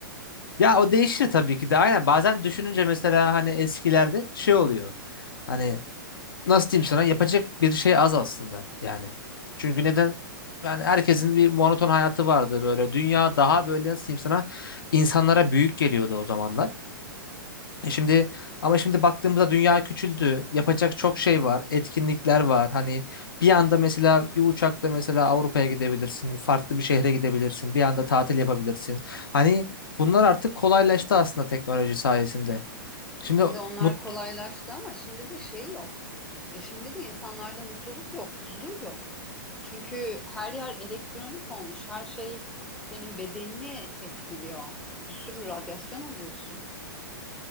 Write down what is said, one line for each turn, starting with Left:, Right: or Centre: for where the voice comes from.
Left: ya o değişir tabii ki de aynen bazen düşününce mesela hani eskilerde şey oluyor. Hani nasıl diyeyim sana yapacak bir şey az aslında yani. Çünkü neden? Yani herkesin bir monoton hayatı vardı böyle. Dünya daha böyle nasıl diyeyim sana insanlara büyük geliyordu o zamanlar. E şimdi ama şimdi baktığımızda dünya küçüldü. Yapacak çok şey var. Etkinlikler var. Hani bir anda mesela bir uçakla mesela Avrupa'ya gidebilirsin. Farklı bir şehre gidebilirsin. Bir anda tatil yapabilirsin. Hani bunlar artık kolaylaştı aslında teknoloji sayesinde. Şimdi
Centre: Şimdi onlar
Left: mut
Centre: kolaylaştı ama şimdi de şey yok. E şimdi de insanlarda mutluluk yok, huzur yok. Çünkü her yer elektronik olmuş. Her şey senin bedenini etkiliyor. Bir sürü radyasyon alıyorsun.